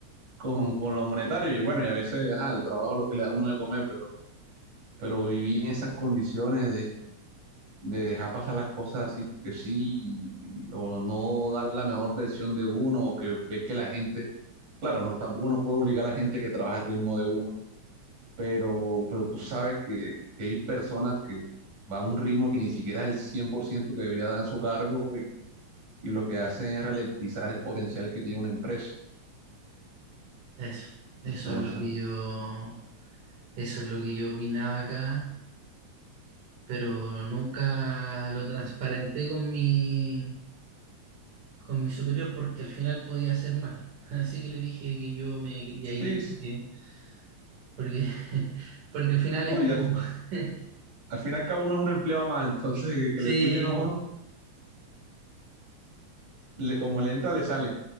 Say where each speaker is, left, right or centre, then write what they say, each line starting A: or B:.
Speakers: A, on the right; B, on the right.
A: con, con lo monetario, y bueno, y a veces, ajá, el trabajo es lo que le da a uno de comer, pero, pero vivir en esas condiciones de, de dejar pasar las cosas así porque sí, y- o no dar la mejor versión de uno, o que ve que la gente, claro, no, tampoco uno puede obligar a la gente que trabaja al ritmo de uno pero, pero tú sabes que, que hay personas que van a un ritmo que ni siquiera es el 100% que debería dar en su cargo y, y lo que hacen es ralentizar el potencial que tiene una empresa.
B: eso, eso
A: Entonces,
B: es lo que yo, eso es lo que yo opinaba acá, pero nunca lo transparenté con mi, con mi superior porque al final podía hacer mal. <laughs> Así que le dije que yo me quería ir
A: sí, sí.
B: porque, porque, <laughs> porque al final
A: no,
B: es
A: y
B: como...
A: al, fi-
B: <laughs>
A: al fin y uno es un empleado más, entonces que
B: Sí,
A: le escuchen a uno, le, como le entra, le salen.